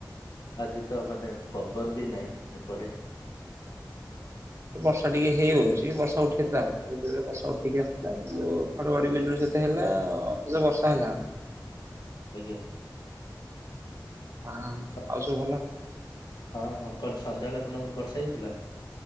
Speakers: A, on the left; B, on the right.
A: ଆଜି ତ ମାନେ ପବନ ବି ନାହିଁ ଏପଟେ।
B: ବର୍ଷା ଟିକେ ହେଇ ଓଉଛି ବର୍ଷା ଉଠେଇଥିଲା। ଜୋରେ ବର୍ଷା ଉଠେଇକି ଆସିଥିଲା କିନ୍ତୁ ଘଡଘଡ଼ି ବିଜୁଳି ସେତେ ହେଲା ଅଥଚ ବର୍ଷା ହେଲା।
A: ଆଜ୍ଞା।
B: ହଁ
A: ସ
B: ଆଉ ସବୁ ଭଲ?
A: ହଁ ହଁ କଣ ସନ୍ଧ୍ୟାବେଳେ ଆପଣଙ୍କର ବର୍ଷା ହେଇଥିଲା?